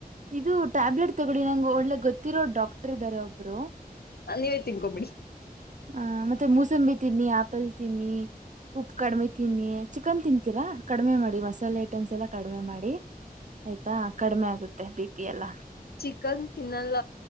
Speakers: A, on the right; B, on the left.
A: ಇದು ಟ್ಯಾಬ್ಲೆಟ್ ತಗೊಳ್ಳಿ ನಂಗೆ ಒಳ್ಳೆ ಗೊತ್ತಿರೋ ಡಾಕ್ಟರ್ ಇದಾರ ಒಬ್ರು
B: ನೀವೇ ತಿನ್ಕೊಬಿಡಿ
A: ಹ ಮತ್ತೆ ಮೂಸಂಬಿ ತಿನ್ನಿ ಆಪಲ್ ತಿನ್ನಿ ಉಪ್ಪು ಕಡಿಮೆ ತಿನ್ನಿ ಚಿಕನ್ ತಿನ್ಂತೀರಾ ಕಡಿಮೆ ಮಾಡಿ ಮಸಾಲೆ ಐಟಮ್ಸ್ ಎಲ್ಲ ಕಡಿಮೆ ಮಾಡಿ ಆಯ್ತಾ ಕಡಿಮೆ ಆಗುತ್ತೆ ಬಿ ಪಿ ಎಲ್ಲ
B: ಕ ತಿನ್ನಲ್ಲ